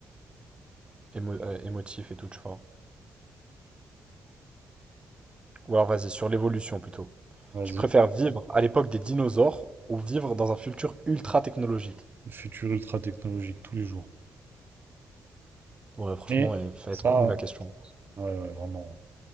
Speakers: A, on the right; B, on the right.
A: émo- euh, émotif et tout, tu vois. Ou alors vas-y, sur l'évolution plutôt.
B: vas-y.
A: Tu préfères vivre à l'époque des dinosaures ou vivre dans un futur ultra technologique?
B: Le futur ultra technologique tous les jours.
A: Ouais, franchement,
B: Mais
A: elle fait
B: ça,
A: trop nulle la question.
B: ouais, ouais, vraiment.